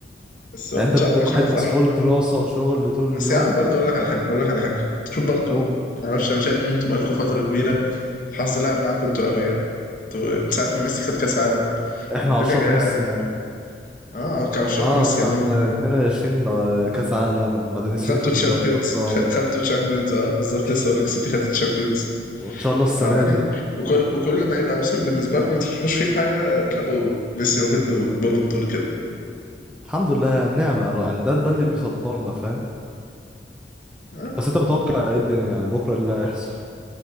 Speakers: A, on the left (about 50°); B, in the centre.
A: بس
B: يعني انت بتبقى
A: شعرك عشان
B: واحد
A: أفرح.
B: مسحول دراسه وشغل طول
A: بس
B: اليوم
A: يا عم برضه اقول لك على حاجه اقول لك على حاجه شوف برضه
B: او
A: ما اعرفش انا شايف ان انتوا بقالكم فتره كبيره الحظ لعب معاكم انتوا قوي يعني انتوا من ساعه ما ميسي خد كاس عالم
B: احنا
A: الدنيا
B: عشاق
A: جايه
B: ميسي يعني
A: اه كعشاق
B: اه
A: ميسي عموما
B: خدنا
A: يعني
B: 22 آه، كاس عالم بعدين السيتي
A: وخدتوا
B: خدت
A: تشامبيونز
B: الدوري ابطال
A: خدتوا تشامبيونز اه بالظبط لسه هقول لك السيتي خدت تشامبيونز
B: وان شاء الله السنه
A: تعبانين
B: دي
A: وكل وكل ما يبقى موسم بالنسبه لكم ما تفكروش فيه في حاجه تلاقوا ميسي واخد له بالون دور كده
B: الحمد لله يعني نعمه يعني ده ده اللي بيصبرنا فاهم
A: اه
B: بس انت متوقع ايه الدنيا يعني بكره ايه اللي هيحصل